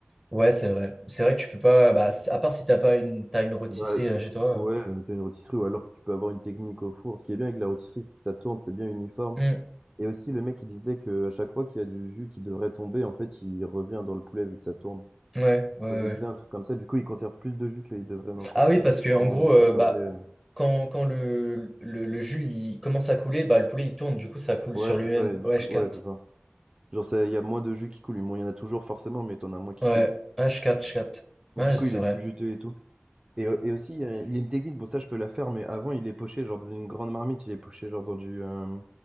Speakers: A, in the centre; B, on the right.
A: ouais, c'est vrai. C'est vrai que tu peux pas. Bah, c- à part si t'as pas une, t'as une rôtisserie
B: Bah,
A: euh, chez toi.
B: ouais, euh, t'as une rôtisserie, ou alors tu peux avoir une technique au four. Ce qui est bien avec la rôtisserie, c'est que ça tourne, c'est bien uniforme.
A: euh.
B: Et aussi, le mec, il disait que à chaque fois qu'il y a du jus qui devrait tomber, en fait, il revient dans le poulet vu que ça tourne.
A: Hmm. Ouais, ouais,
B: Quand je
A: ouais.
B: disais un truc comme ça, du coup, ils conservent plus de jus qu'ils devraient en, cons-
A: Ah oui, parce que en
B: en
A: gros, euh,
B: conserver.
A: bah,
B: euh.
A: quand, quand le, le, le jus il commence à couler, bah, le poulet il tourne, du coup ça coule
B: Ouais,
A: sur lui-même.
B: c'est ça, et du
A: Ouais,
B: coup,
A: je
B: ouais,
A: capte.
B: c'est ça. Genre, c'est- il y a moins de jus qui coule. Bon, il y en a toujours forcément, mais t'en as moins qui
A: Ouais,
B: coule.
A: ah, je capte, je capte. Ouais,
B: Et du coup,
A: c'est
B: il est
A: vrai.
B: plus juteux et tout. Et, euh, et aussi, il y a, il y a une technique, bon, ça, je peux la faire, mais avant, il est poché, genre, dans une grande marmite, il est poché, genre, dans du, euh,